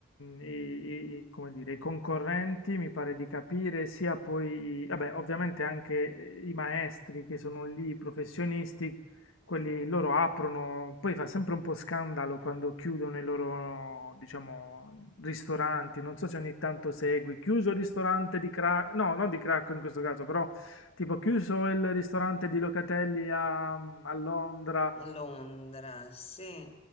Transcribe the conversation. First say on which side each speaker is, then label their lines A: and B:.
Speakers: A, on the left (about 75°); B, on the left (about 30°).
A: i- i- come dire, i concorrenti, mi pare di capire, sia poi, i- vabbè, ovviamente anche eh, i maestri che sono lì, i professionisti, quelli loro aprono, poi fa sempre un po' scandalo quando chiudono i loro, diciamo, ristoranti. Non so se ogni tanto segui, chiuso il ristorante di Cracco, no, non di Cracco in questo caso, però Tipo, chiuso il ristorante di Locatelli a, a Londra.
B: A Londra, sì.